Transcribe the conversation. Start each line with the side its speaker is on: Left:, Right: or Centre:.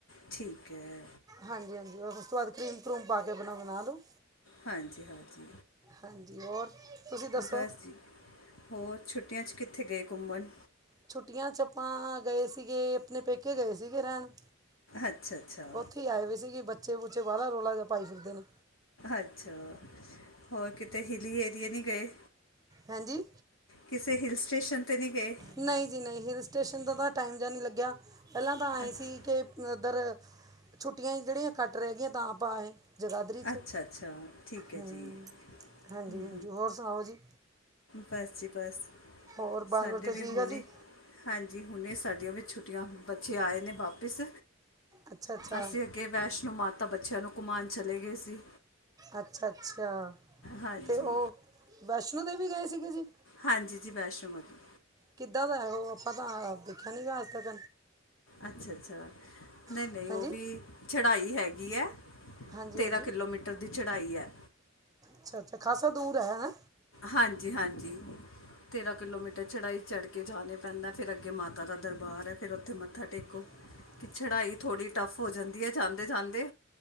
Left: ਠੀਕ ਹੈ।
Right: ਹਾਂਜੀ, ਹਾਂਜੀ ਉਸ ਤੋਂ ਬਾਅਦ ਕਰੀਮ ਕਰੂਮ ਪਾ ਕੇ ਆਪਣਾ ਬਣਾ ਲਓ।
Left: ਹਾਂਜੀ, ਹਾਂਜੀ,
Right: ਹਾਂਜੀ ਔਰ ਤੁਸੀਂ ਦੱਸੋ
Left: ਬਸ ਜੀ। ਹੋਰ ਛੁੱਟੀਆਂ 'ਚ ਕਿੱਥੇ ਗਏ ਘੁੰਮਣ?
Right: ਛੁੱਟੀਆਂ ਚ ਆਪਾਂ ਗਏ ਸੀਗੇ ਆਪਣੇ ਪੇਕੇ ਗਏ ਸੀਗੇ ਰਹਿਣ।
Left: ਅੱਛਾ ਅੱਛਾ
Right: ਉੱਥੇ ਆਏ ਹੋਏ ਸੀਗੀ ਬੱਚੇ ਬੁਚੇ ਬਾਹਲਾ ਰੋਲਾ ਜੇਹਾ ਪਾਈ ਜਾਂਦੇ ਨੇ।
Left: ਅੱਛਾ, ਹੋਰ ਕਿਤੇ ਹਿੱਲੀ ਏਰੀਏ ਨਹੀਂ ਗਏ।
Right: ਹਾਂਜੀ।
Left: ਕਿਸੇ ਹਿਲ ਸਟੇਸ਼ਨ 'ਤੇ ਨਹੀਂ ਗਏ?
Right: ਨਹੀਂ ਜੀ ਨਹੀਂ ਹਿਲ ਸਟੇਸ਼ਨ ਦਾ ਤਾਂ ਟਾਈਮ ਜਿਹਾ ਨਹੀਂ ਲੱਗਿਆ। ਪਹਿਲਾਂ ਤਾਂ ਆਏ
Left: ਅੱਛ
Right: ਸੀ ਕੇ ਓਧਰ ਛੁੱਟੀਆਂ ਹੀ ਜਿਹੜੀਆਂ ਘੱਟ ਰਹਿ ਗਈਆਂ ਤਾਂ ਆਪਾਂ ਆਏ। ਜਗਾਦਰੀ 'ਚ
Left: ਅੱਛਾ ਅੱਛਾ ਠੀਕ ਹੈ
Right: ਹਮ
Left: ਜੀ
Right: ਹਾਂਜੀ-ਹਾਂਜੀ
Left: ਹੂੰ
Right: ਹੋਰ ਸੁਣਾਓ ਜੀ?
Left: ਬਸ ਜੀ ਬਸ
Right: ਹੋਰ ਬਾਲ
Left: ਸਾਡੇ
Right: ਬੱਚੇ
Left: ਵੀ
Right: ਠੀਕ
Left: ਹੁਣੇ।
Right: ਆ ਜੀ
Left: ਹਾਂਜੀ ਹੁਣੇ ਸਾਡੀਆਂ ਵੀ ਛੁੱਟੀਆਂ ਬੱਚੇ ਆਏ ਨੇ ਵਾਪਿਸ
Right: ਅੱਛਾ ਅੱਛਾ
Left: ਅਸੀਂ। ਅੱਗੇ ਵੈਸ਼ਨੋ ਮਾਤਾ ਬੱਚਿਆਂ ਨੂੰ ਘੁੰਮਾਉਣ ਚਲੇ ਗਏ ਸੀ।
Right: ਅੱਛਾ-ਅੱਛਾ
Left: ਹਾਂਜੀ
Right: ਤੇ ਉਹ ਵੈਸ਼ਨੋ ਦੇਵੀ ਗਏ ਸੀਗੇ ਜੀ?
Left: ਹਾਂਜੀ ਜੀ ਵੈਸ਼ਨੋ ਮਾਤਾ।
Right: ਕਿੱਦਾਂ ਦਾ ਉਹ ਆਪਾਂ ਤਾਂ ਦੇਖਿਆ ਆਪ ਨਹੀਂ ਗਾ ਅੱਜ ਤੱਕ।
Left: ਅੱਛਾ ਅੱਛਾ ਨਹੀਂ ਨਹੀਂ
Right: ਹਾਂਜੀ
Left: ਉਹ ਵੀ ਚੜਾਈ ਹੈਗੀ ਹੈ।
Right: ਹਾਂਜੀ
Left: ਤੇਰ੍ਹਾਂ
Right: ਹਾਂਜੀ
Left: ਕਿਲੋਮੀਟਰ ਦੀ ਚੜ੍ਹਾਈ ਹੈ।
Right: ਅੱਛਾ ਅੱਛਾ ਖਾਸਾ ਦੂਰ ਹੈ ਹਾ।
Left: ਹਾਂਜੀ, ਹਾਂਜੀ। ਤੇਰਾਂ ਕਿਲੋਮੀਟਰ ਚੜ੍ਹਾਈ ਚੜ੍ਹ ਕੇ ਜਾਣੇ ਪੈਂਦਾ ਫਿਰ ਅੱਗੇ ਮਾਤਾ ਦਾ ਦਰਬਾਰ ਹੈ ਫਿਰ ਉੱਥੇ ਮੱਥਾ ਟੇਕੋ।
Right: ਹ।
Left: ਚੜਾਈ ਥੋੜ੍ਹੀ ਟੱਫ ਹੋ ਜਾਂਦੀ ਹੈ ਜਾਂਦੇ-ਜਾਂਦੇ